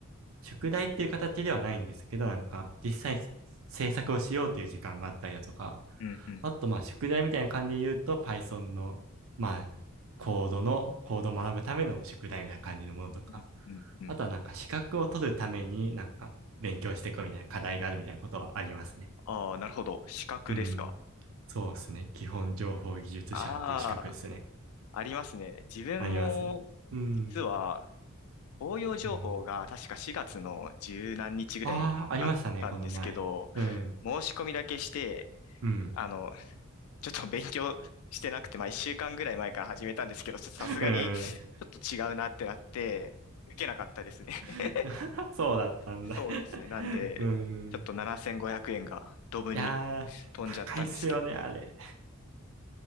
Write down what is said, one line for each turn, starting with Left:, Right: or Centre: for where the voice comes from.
Right: 宿題っていう形ではないんですけど、なんか、実際に制作をしようという時間があったりだとか、
Left: うんうん。
Right: あとまあ、宿題みたいな感じで言うと、Python の、まあ、コードの、コードを学ぶための宿題みたいな感じのものとか、
Left: うんうんうん。
Right: あとはなんか、資格を取るためになんか、勉強していこうみたいな課題があるみたいなことはありますね。
Left: ああ、なるほど。資格ですか。
Right: うん。そうですね。基本情報技術者っていう資格ですね。
Left: ああ、ありますね。自分も、
Right: あります。うん。
Left: 実は、応用情報が確か4月の十何日ぐらいにあったんですけど、
Right: うんうんああ、ありましたね、この前。うん。
Left: 申し込みだけして、
Right: うん。
Left: あの、ちょっと勉強してなくて、まあ1週間ぐらい前から始めたんですけど、ちょっとさすがにちょっと違うなってなって、
Right: うん。
Left: 受けなかったですね。<laughs>
Right: <laughs> そうだったんだ。
Left: そうですね。
Right: <laughs>
Left: なんで、
Right: うん。
Left: ちょっと7500円がドブに
Right: いやー、
Left: 飛んじゃったんですけど、
Right: 高いっすよね、あれ。